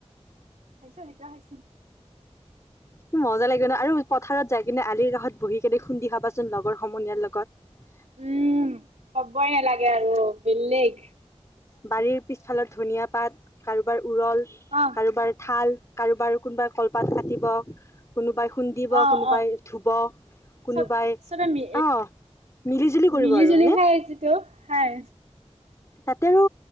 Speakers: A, on the right; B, on the left.
A: খাইছো সেইটোও খাইছো
B: কি মজা লাগে ন আৰু পথাৰত যাই কিনে আলিৰ কাষত বহি কিনে খুন্দি খাবাচোন লগৰ সমনীয়াৰ লগত
A: উম কবই নালাগে আৰু বেলেগ
B: বাৰীৰ পিছফালৰ ধনিয়া পাত কাৰোবাৰ উৰল
A: অহ।
B: কাৰোবাৰ থাল কাৰোবাৰ কোনোবাই কলপাত কাটিব কোনোবাই খুন্দিব
A: অ',
B: কোনোবাই
A: অ',
B: ধুব কোনোবাই
A: চব চবে মি
B: অ মিলি জুলি কৰিব
A: মিলি
B: আৰু
A: জুলি
B: হয়নে
A: খাই আছেতো। হয়।
B: তাতে আৰু